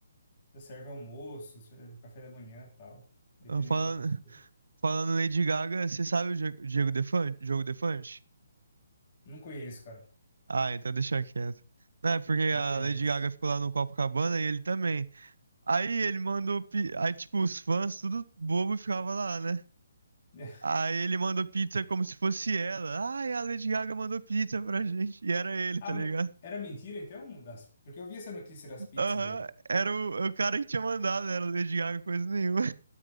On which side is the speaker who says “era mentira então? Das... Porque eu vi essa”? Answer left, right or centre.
Left